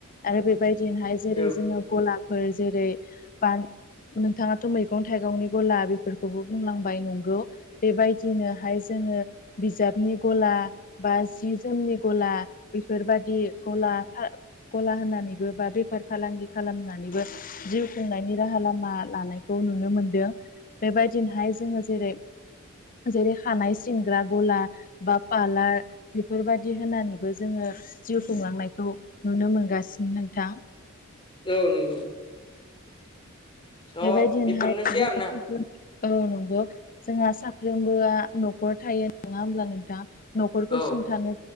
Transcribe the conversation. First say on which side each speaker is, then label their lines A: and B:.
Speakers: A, on the left; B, on the left.
A: आरो बेबायदिनोहाय जेरै
B: औ
A: जोङो गलाफोर जेरै ब नोंथाङाथ' मैगं मैगं थाइगंनि गला बेफोरखौबो बुंलांबाय नंगौ बेबायदिनोहाय जोङो बिजाबनि गला बा जि जोमनि गला बेफोरबादि गला गला होनानैबो बा बेफार फालांगि खालामनानैबो जिउ खुंनायनि राहा लामा लानाय खौ नुनो मोनदों बेबायदिनोहाय जोङो जेरै जेरै खानाय सिनग्रा गला बा पारालार बेफोरबायदि होनानैबो जोङो जिउ खुंलांनायखौ नुनो मोनगासिनो नोंथां
B: औ नंगौ थ'
A: बेबायदिनोहाय
B: बेफोरनोसै
A: जों
B: आरोना
A: औ नंगौ जोंहा साफ्रोमबोआ न'खर थायो नङा होमब्ला नोंथाङा न'खरखौ
B: औ
A: सुंथानो